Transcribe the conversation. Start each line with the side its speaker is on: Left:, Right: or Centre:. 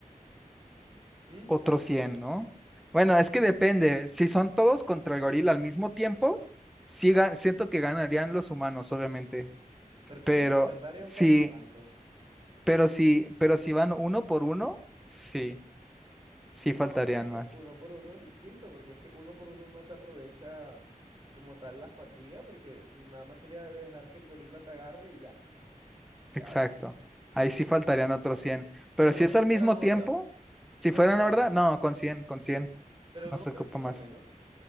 Right: ¿Mm?
Centre: otros 100, ¿no? Bueno, es que depende. Si son todos contra el gorila al mismo tiempo, sí ga- siento que ganarían los humanos, obviamente.
Right: ¿Pero tú
Centre: Pero
Right: crees que de verdad harían
Centre: sí,
Right: falta tantos?
Centre: pero sí, pero si van uno por uno, sí, sí
Right: Ah,
Centre: faltarían
Right: no, pero es que
Centre: más.
Right: uno por uno es distinto, porque es que uno por uno no se aprovecha como tal la fatiga, porque pues nada más sería dejar que el gorila te agarre y ya, chao.
Centre: Exacto. Ahí sí faltarían otros 100. Pero
Right: No,
Centre: si
Right: no, pero
Centre: es al
Right: si
Centre: mismo
Right: fuera Norda,
Centre: tiempo, si
Right: si fuera
Centre: fueran
Right: Norda,
Centre: horda, no, con cien, con cien,
Right: pero
Centre: No
Right: ¿no
Centre: se
Right: crees
Centre: ocupa
Right: que
Centre: más.
Right: con menos?